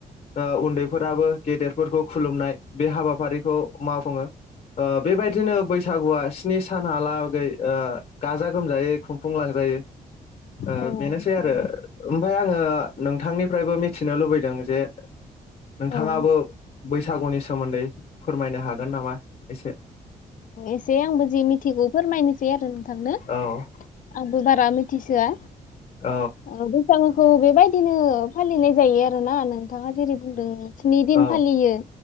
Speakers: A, on the left (about 45°); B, on the left (about 60°).
A: ओ उन्दैफोराबो गेदेर फोरखौ खुलुमनाय बे हाबाफारिखौ मावफुङो। ओ बेबायदिनो बैसागुआ स्नि सानहालागै ओ गाजा गोमजायै खुंफुंलांजायो। ओ
B: औ
A: बेनोसै आरो ओमफ्राय आङो नोंथांनिफ्रायबो मिथिनो लुबैदों जे नोंथाङाबो
B: औ
A: बैसा गुनि सोमोन्दै फोरमायनो हागोन नामा एसे?
B: एसे आंबो जि मिथिगौ फोरमायनोसै आरो नोंथांनो।
A: औ
B: <unintelligible> बारा मिथिसोआ।
A: औ
B: औ बैसागु खौ बेबायदिनो फालिनाय जायो आरोना नोंथाङा जेरै बुंदों स्नि दिन
A: औ
B: फालियो।